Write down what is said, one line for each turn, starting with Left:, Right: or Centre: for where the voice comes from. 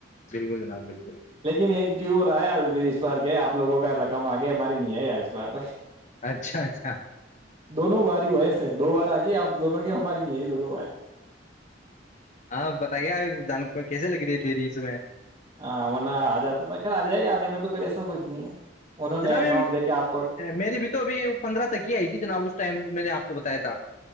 Left: بالکل جناب بالکل
Right: لیکن ایک ڈیو ہو اس بار کیا آ لوگوں کا رقم آگے ہماری نہیں ہے ی اس بار
Left: اچھا اچھا
Right: دونوں باری ایسے دو بار آ گئی آپ دونوں کی ہماری نہیں آئی دونوں باری
Left: ہاں پتا کیایا جان کو کیسے لگ رہی ہے دری اس میں
Right: ہاں ورنہ آ جاتا تھا کل آ جائے گا آنے میں تو پھر ایسا کچھ نہیں ہے انہوں نے
Left: جناب
Right: اکاؤنٹ دے کے آپ کو
Left: میری بھی تو ابھی پندرہ تک ہی آئی تھی جناب اس ٹائم میں نے آپ کو بتایا تھا